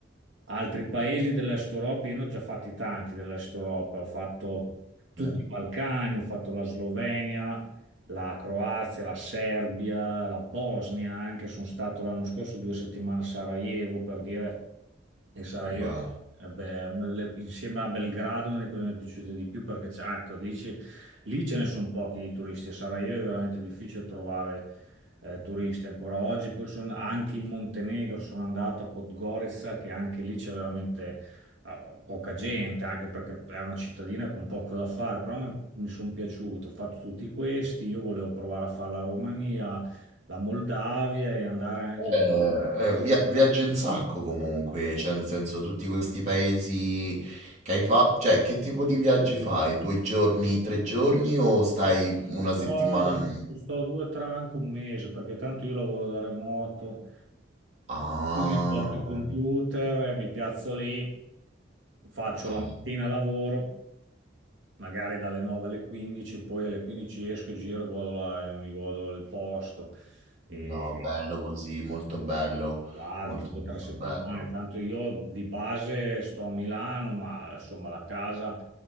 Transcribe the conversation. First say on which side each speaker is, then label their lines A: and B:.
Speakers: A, on the right; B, on the right.
A: altri paesi dell'Est Europa, io ne ho già fatti tanti dell'Est Europa, ho fatto tutti
B: Mm,
A: i Balcani, ho fatto la Slovenia, la Croazia, la Serbia, la Bosnia anche. Sono stato l'anno scorso due settimane a Sarajevo per dire, e Sarajevo
B: beh.
A: eh beh, è una delle, insieme a Belgrado, una delle cose che mi è piaciute di più perché c'è- ah, ecco, lì, ci- lì ce ne sono pochi di turisti. A Sarajevo è veramente difficile trovare eh, turisti ancora oggi. Poi sono anche in Montenegro, sono andato a Podgorica, che anche lì c'è veramente ah, poca gente, anche perché è una cittadina con poco da fare, però mi, mi sono piaciuto, ho fatto tutti questi, io volevo provare a fare la Romania, la Moldavia e andare anche...
B: Eh, eh, via- viaggi un sacco comunque, cioè nel senso tutti questi paesi che hai fatto, cioè che tipo di viaggi fai? Due giorni, tre giorni o stai una settimana?
A: Oh,
B: lì?
A: sto due, tre, anche un mese, perché tanto io lavoro da remoto,
B: Ah,
A: quindi mi porto il computer, mi piazzo lì, faccio
B: ah,
A: la mattina lavoro, magari dalle 9 alle 15, poi alle 15 esco, giro e godo la- mi godo il posto. E
B: no, bello così, molto bello,
A: Vado
B: molto
A: due
B: molto
A: o tre settimane,
B: bello.
A: tanto io di base sto a Milano, ma insomma la casa